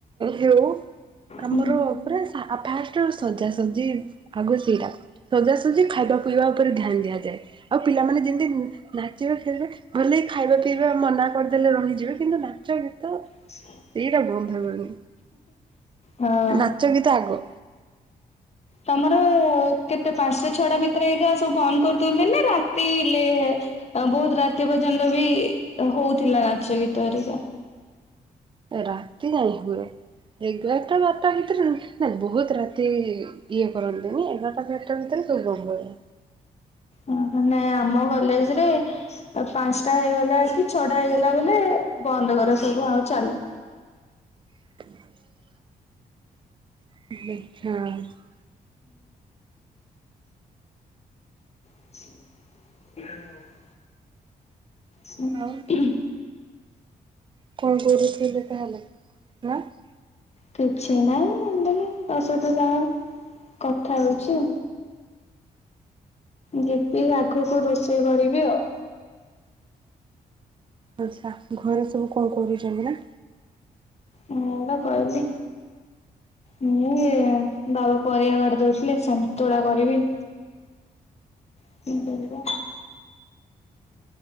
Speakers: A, on the right; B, on the left.
A: ହେଉ ଆମର
B: ହୁଁ।
A: ପୁରା ଫାଷ୍ଟ ରୁ ସଜା ସଜି ଆଗ ସେଇଟା। ସଜାସଜି ଖାଇବା ପିଇବା ଉପରେ ଧ୍ୟାନ ଦିଆଯାଏ ଆଉ ପିଲାମାନେ ଯିମିତିନ୍ ଚିଳ ଖେଳିବା ଭଲେଇ ଖାଇବା ପିଇବା ମନା କରିଦେଲେ ରହିଯିବେ କିନ୍ତୁ ନାଚ ଗୀତ
B: <inaudible>
A: ଏଇଟା ବନ୍ଦ ହେବନି
B: ହଁ।
A: ନାଚ ଗୀତ ଆଗ।
B: ତମର କେତେ ପାଞ୍ଚଟା ଛଅଟା ଭିତରେ ଏଇଗା ସବୁ ବନ୍ଦ କରିଦଉଛନ୍ତି ନା ରାତି ହେଲେ ଆଁ ବୋହୁତ ରାତି ପର୍ଯ୍ୟନ୍ତ ବି ହୋଉଥିଲା ନାଚ ଗୀତ ହରିକା।
A: ରାତି ଯାଏଁ ହୁଏ ଏଗାରଟା ବାରଟା ଭିତରେ ନାାଇଁ ବହୁତ ରାତି ଇ ଇଏ କରନ୍ତିନି ଏଗାର ଟା ବାରଟା ଭିତରେ ସବୁ ବନ୍ଦ କରନ୍ତି।
B: ହଁ ମାନେ ଆମ କଲେଜ ରେ ଆଉ ପାଞ୍ଚଟା ହେଇଗଲା ଯଦି ଛ ଟା ହେଇଗଲା ବୋଲି ବନ୍ଦ କର ସବୁ ଆଉ ଚାଲୁ
A: ହ <inaudible> <unintelligible>
B: <inaudible> ହୁଁ
A: ଆଉ
B: ହୁଁ।
A: <unintelligible>
B: କିଛି ନାହିଁ ତା ସହିତ ଯାହା କଥା ହଉଚି। ଜିବି ଆଗକୁ ରୋଷେଇ କରିବି ଆଉ।
A: ଆଛା ଘରେ ସବୁ କଣ କରୁଛନ୍ତି ନା।
B: ମୁ ବା କହିଲି ମୁଁ ଇଏ ବାବା ପରିବା କାଟି ଦଉଥିଲେ ସନ୍ତୁଳା କରିବି। <inaudible>